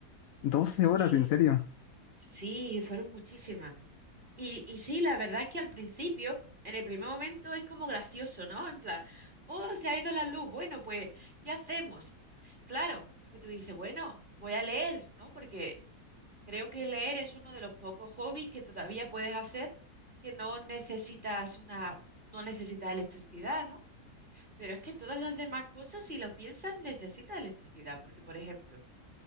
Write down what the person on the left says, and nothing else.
12 horas,
en serio.